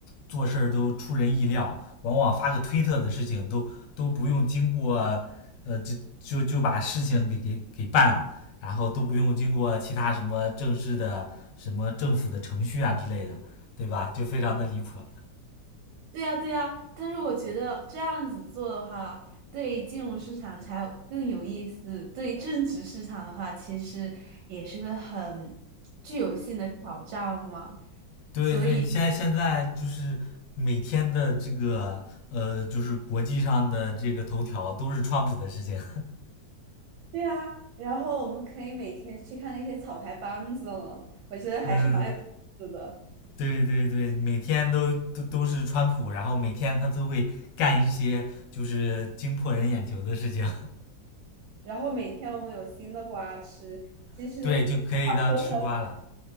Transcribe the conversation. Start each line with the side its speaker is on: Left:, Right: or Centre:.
Left: 做事儿都出人意料，往往发个推特的事情都都不用经过，呃，就就就把事情给给给办了，然后都不用经过其他什么正式的什么政府的程序啊之类的，对吧？就非常的离谱。
Right: 对呀，对呀，但是我觉得这样子做的话，对金融市场才有更有意思。对正职市场的话，其实也是个很具有性的挑战嘛。
Left: 对对，
Right: 所以
Left: 你现在现在就是每天的这个呃，就是国际上的这个头条都是川普的事情，
Right: 对啊，然后我们可以每天去看那些草台班子了，我觉得还是蛮有意思的。
Left: 嗯，对对对，每天都都都是川普，然后每天他都会干一些就是惊破人眼球的事情，
Right: 然后每天我们有新的瓜吃，其实话说回来，
Left: <laughs> 对，就可以当吃瓜了。